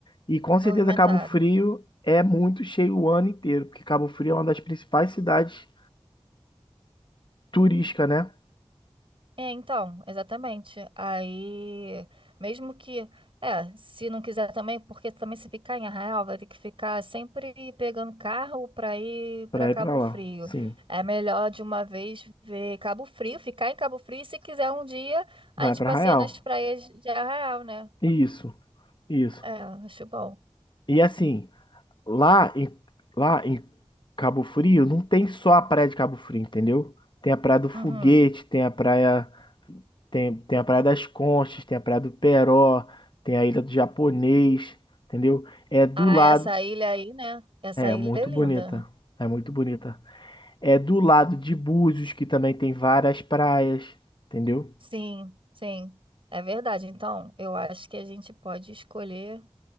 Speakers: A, on the left (about 45°); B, on the right (about 55°).
A: E com certeza
B: movimentado.
A: Cabo Frio é muito cheio o ano inteiro, porque Cabo Frio é uma das principais cidades turísticas, né?
B: É, então, exatamente. Aí, mesmo que, é, se não quiser também, porque também se ficar em Arraial, vai ter que ficar sempre pegando carro para ir para
A: Pra
B: Cabo
A: ir pra lá.
B: Frio.
A: Sim.
B: É melhor de uma vez ver Cabo Frio, ficar em Cabo Frio, e se quiser um dia, a
A: Vai
B: gente
A: pra
B: passeia
A: Arraial.
B: nas praias de Arraial, né?
A: Isso, isso.
B: É, acho bom.
A: E assim, lá em, lá em Cabo Frio, não tem só a praia de Cabo Frio, entendeu? Tem a praia do Foguete,
B: Uhum.
A: tem a praia, tem, tem a praia das Conchas, tem a praia do Peró, tem a ilha do Japonês, entendeu? É do
B: Ah,
A: lado,
B: essa ilha aí, né? Essa
A: é
B: ilha
A: muito
B: é linda.
A: bonita. É muito bonita. É do lado de Búzios, que também tem várias praias, entendeu?
B: Sim, sim. É verdade. Então, eu acho que a gente pode escolher.